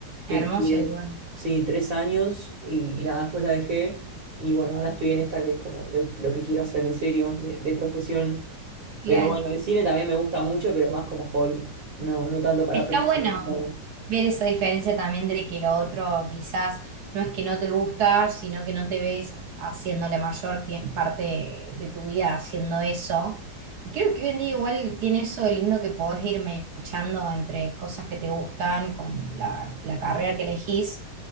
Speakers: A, on the right; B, on the right.
A: pero
B: Hermoso
A: estudié,
B: igual.
A: sí, tres años y, nada, después la dejé. Y bueno, ahora estoy en esta que es como lo, lo que quiero hacer en serio, de, de profesión.
B: Claro.
A: Pero bueno, el cine también me gusta mucho, pero más como hobby, no, no tanto para
B: Está
A: profesionalizar.
B: bueno ver esa diferencia también de que lo otro quizás no es que no te gusta, sino que no te ves haciendo la mayor tie- parte de tu vida haciendo eso. Y creo que hoy en día igual tiene eso de lindo que podés ir echando entre cosas que te gustan con la, la carrera que elegís